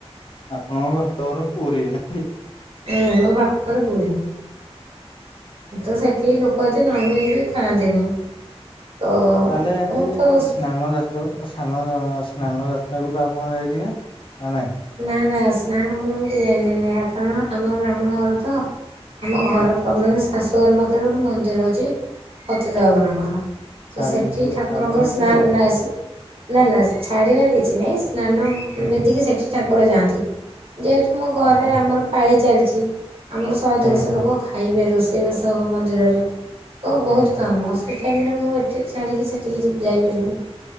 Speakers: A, on the left (about 50°); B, on the right (about 60°).
A: ଆପଣଙ୍କ ବାପଘର ପୁରୀ ନା?
B: ହୁଁ ମୋ ବାପଘର ପୁରୀ। ତ ସେଠି ଲୋକ ଏତେ ନନଭେଜ ବି ଖାଆନ୍ତିନି। ତ
A: ଆଉ ତାହେଲେ
B: ମୁଁ
A: ଏ
B: ତ
A: ସ୍ନାନ ଯା ତ ସ୍ନାନ-ଅ-ଅ ସ୍ନାନ ଯାତ୍ରାକୁ ତ ଆପଣ ଯାଇଥିବେ ନା ନାଇଁ?
B: ନା ନା ସ୍ନାନ ପୂର୍ଣ୍ଣମିକୁ ଯାଇନି ନା କାରଣ ଆମର ବ୍ରାହ୍ମଣ ଘର ତ। ଆମ ଘର
A: ଆଚ୍ଛା
B: ପ ମାନେ ଶାଶୁ ଘର ପାଖରେ ଗୋଟେ ମନ୍ଦିର ଅଛି ପତିତ ପାବନଙ୍କର ତ
A: ଛାଡି
B: ସେଠି
A: ନଥିବେ
B: ଠାକୁରଙ୍କର
A: ଛାଡି ନଥିବେ
B: ସ୍ନାନ ନାଇ ସେ ନା ନା ଛାଡିବାର କିଛି ନାହିଁ ସ୍ନାନ
A: ହୁଁ
B: ବେଦୀକି ସେଠି ଠାକୁର ଯାଆନ୍ତି ଯେହେତୁ ମୋ ଘରେ
A: ଓହୋ
B: ଆମର ପାଳି ଚାଲିଛି ଆମର ଶହେ
A: ହୁଁ।
B: ଦେଢଶହ ଲୋକ ଖାଇବେ ରୋଷେଇ ରୋଷେଇବାସ ମନ୍ଦିରରେ ତ ବହୁତ
A: ହଁ ହଁ
B: କାମ ସେ ଟାଇମ ରେ ମୁଁ ଏଠି ଛାଡ଼ିକି ସେଠିକି ଯାଇପାରିବିନି